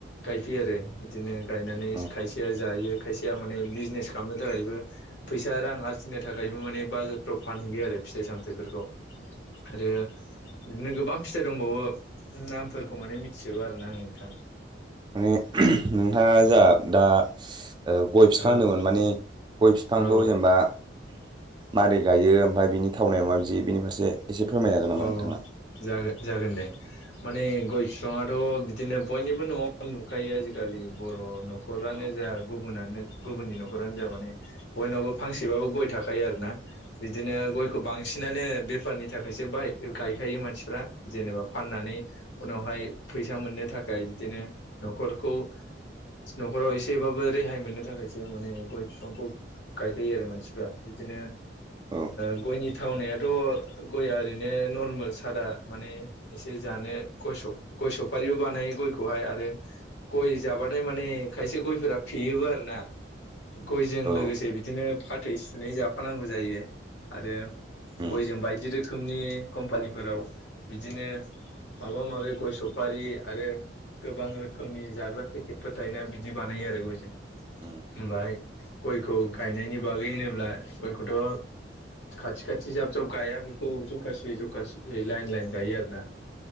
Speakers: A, on the left (about 75°); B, on the right (about 25°).
A: गायफैयो आरो इदिनो। गायनानै
B: उम
A: खायसेया जायो खायसेया माने बिजनेस खालामनो थाखायबो फैसा रां आरजिनो थाखायबो माने बाजारफ्राव फानहैयो आरो फिथाइ सामथाइफोरखौ। आरो बिदिनो गोबां फिथाइ दंबावो नामफोरखौ माने मिथिजोबा आरोना आं नोंथां।
B: उम नोंथाङा जा दा गय ओ फिफां
A: औ
B: होनदोमोन मानि। गय फिफांखौ
A: औ
B: जेनेबा मारै गायो ओमफाय बिनि थावनाया माबायदि बिनि फारसे एसे फोरमायनो हागोन
A: अ
B: नामा नोंथाङा
A: जागोन। जागोन दे माने गय फिफाङाथ' बिदिनो बयनिबो न'आव नुखायो आजिखालि बर' न' खरानो
B: औ
A: जा गु बुनानो गुबुननि न'खरानो जा माने बयनावबो फांसेबाबो गय थाखायो आरोना बिदिनो गय खौ
B: उम
A: बांसिनानो बेफारनि थाखा यसो गायखायो मानसिफ्रा जेनेबा फाननानै उनावहाय फैसा मोननो थाख य बिदिनो न'खरखौ न'खराव एसेबाबो रेहाय मोननो थाखायसो माने गय फिफांखौ गायखायो आरो मानसिफ्रा बिदिनो
B: औ
A: ओ गयनि थावनायाथ' गया ओरैनो नर्मेल सादा माने एसे जानो गय सफ गय सफारिबो बानायो गय खौहाय आरो गय जाबाथाय माने खायसे गयफोरा फेयोबो आरोना। गयजों
B: औ औ
A: लोगोसे बिदिनो फाथै सुनै जाफानांगौ जायो। आरो गयजों
B: उम
A: बायदि रोखोमनि कम्पानिफोराव बिदिनो माबा माबि गय सफारि आरो गोबां रोखोमनि जाग्रा पेकेटफोर थायोना बिदि बानायो आरो गयजों
B: उम
A: ओमफाय गयखौ गायनायनि बागै होनोब्ला गयखौथ' खाथि खाथि जाब जाब गाया बे खौ जखासे जखासेयै लायेन लायेन गायो आरोना।